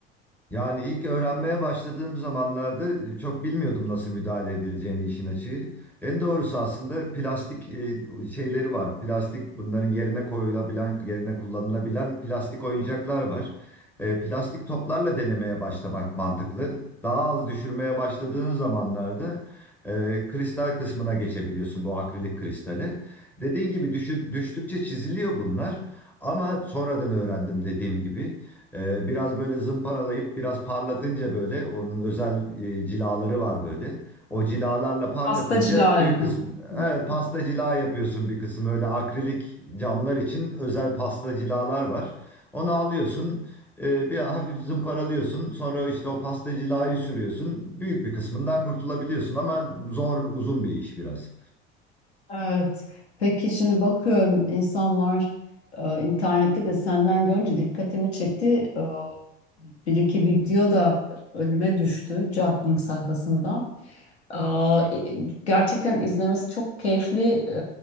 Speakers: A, in the centre; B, on the left (about 80°).
A: Yani ilk öğrenmeye başladığım zamanlarda e, çok bilmiyordum nasıl müdahale edileceğini işin açığı. En doğrusu aslında plastik e, şeyleri var. Plastik bunların yerine koyulabilen, yerine kullanılabilen plastik oyuncaklar var. E, Plastik toplarla denemeye başlamak mantıklı. Daha az düşürmeye başladığın zamanlarda e, kristal kısmına geçebiliyorsun bu akrilik kristale. Dediğin gibi düşü- düştükçe çiziliyor bunlar. Ama sonradan öğrendim dediğim gibi. Ee, biraz böyle zımparalayıp biraz parlatınca böyle onun özel e, cilaları var böyle. O cilalarla parlatınca
B: Hasta cila
A: büyük
B: yapıyor.
A: kısmı
B: Hmm.
A: evet pasta cila yapıyorsun bir kısım öyle akrilik camlar için özel pasta cilalar var. Onu alıyorsun e, bir hafif zımparalıyorsun sonra işte o pasta cilayı sürüyorsun büyük bir kısmından kurtulabiliyorsun ama zor uzun bir iş biraz.
B: Evet. Peki şimdi bakıyorum insanlar e, internette de senden görünce dikkatimi çekti. E, bir iki video da önüme düştü Jacklink sayfasından. Aa, e- e, gerçekten izlemesi çok keyifli e,